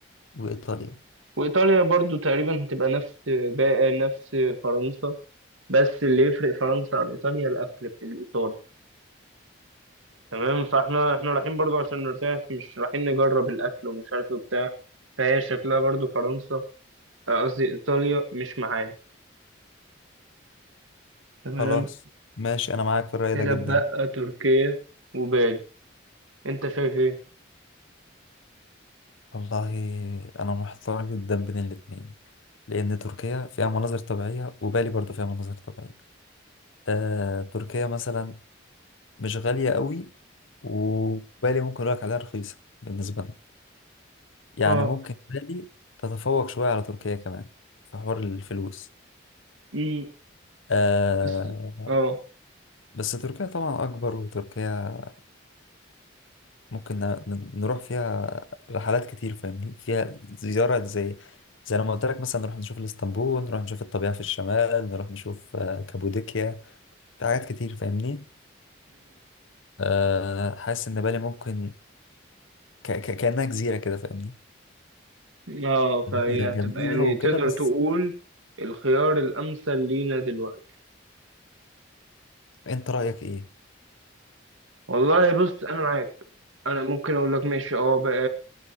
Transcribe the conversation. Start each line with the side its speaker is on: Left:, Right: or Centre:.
Left: وإيطاليا
Right: وايطاليا برضو تقريبا هتبقى نفس بقى نفس فرنسا بس اللي يفرق فرنسا عن ايطاليا الاكل الايطالي تمام فاحنا احنا رايحين برضو عشان نرتاح مش رايحين نجرب الاكل ومش عارف ايه وبتاع فهي شكلها برضو فرنسا آه، قصدي ايطاليا مش معانا تمام
Left: خلاص ماشي أنا معاك في الرأي
Right: كده
Left: ده جدا
Right: بقى تركيا وبالي انت شايف ايه
Left: والله أنا محتار جدا بين الاتنين لأن تركيا فيها مناظر طبيعية وبالي برضو فيها مناظر طبيعية آه، تركيا مثلا مش غالية قوي وبالي ممكن أقولك عليها رخيصة بالنسبة لنا يعني
Right: اه
Left: ممكن بالي تتفوق شوية على تركيا كمان في حوار الفلوس
Right: امم
Left: آه،
Right: بس- اه
Left: بس تركيا طبعا أكبر وتركيا ممكن ن- ن- نروح فيها رحلات كتير فاهمني فيها زيارة زي زي لما قلت لك مثلا نروح نشوف الاسطنبول نروح نشوف الطبيعة في الشمال نروح نشوف آه، كابوديكيا في حاجات كتير فاهمني آه، حاسس إن بالي ممكن ك ك كأنها جزيرة كده فاهمني
Right: اه فهي
Left: هي جميلة
Right: هتبقى يعني
Left: وكده
Right: تقدر
Left: بس
Right: تقول الخيار الأمثل لينا دلوقتي
Left: أنت رأيك إيه؟
Right: والله بص أنا معاك أنا ممكن أقول لك ماشي اه بقى